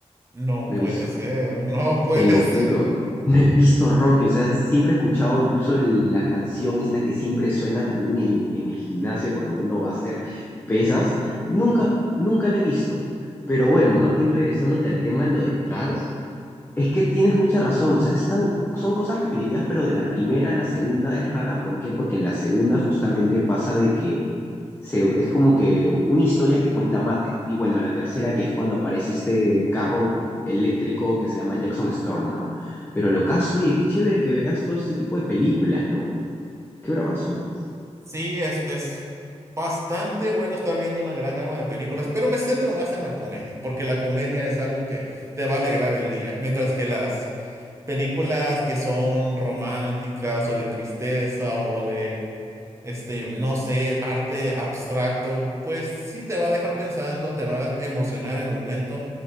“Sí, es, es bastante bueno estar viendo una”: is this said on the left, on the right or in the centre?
Right